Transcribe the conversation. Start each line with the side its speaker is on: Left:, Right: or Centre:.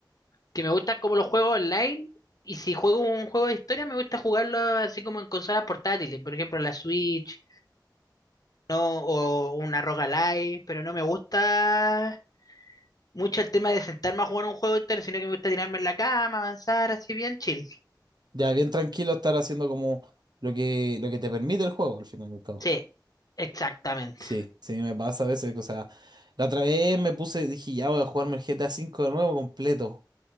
Left: que me gusta como los juegos online. Y si juego un juego de historia, me gusta jugarlo así como en consolas portátiles, por ejemplo la Switch, ¿no? O una Roguelike, pero no me gusta mucho el tema de sentarme a jugar un juego de historia, sino que me gusta tirarme en la cama, avanzar, así bien chill.
Right: Ya, bien tranquilo estar haciendo como lo que, lo que te permite el juego, al final y al cabo.
Left: Sí, exactamente.
Right: Sí, sí, me pasa a veces. O sea, la otra vez me puse, dije, ya voy a jugarme el GTA cinco de nuevo completo.